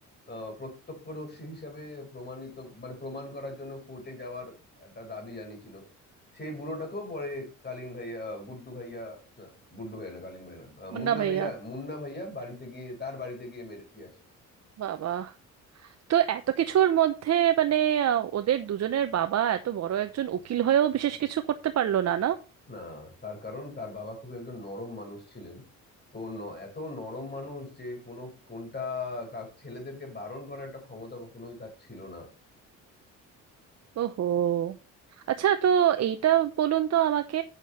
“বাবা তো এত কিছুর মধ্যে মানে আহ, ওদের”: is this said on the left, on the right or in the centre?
Right